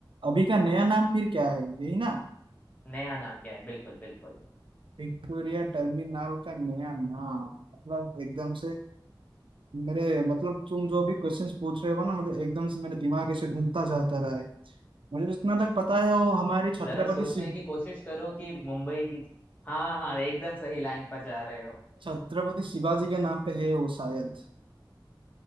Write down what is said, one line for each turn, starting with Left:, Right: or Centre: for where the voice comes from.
Right: अभी का नया नाम फिर क्या है यही ना
Left: नया नाम क्या है बिल्कुल बिल्कुल
Right: विक्टोरिया टर्मिनल का नया नाम मतलब एकदम से मेरे मतलब तुम जो भी क्वेश्चंस पूछ रहे हो ना मतलब एकदम से मेरे दिमाग ऐसे घूमता जाता रहा है मुझे जितना तक पता है वो हमारे छत्रपति
Left: जरा सोचने
Right: शिव
Left: की कोशिश करो कि मुंबई की हाँ हाँ एकदम सही लाइन पर जा रहे हो
Right: छत्रपति शिवाजी के नाम पे है वो शायद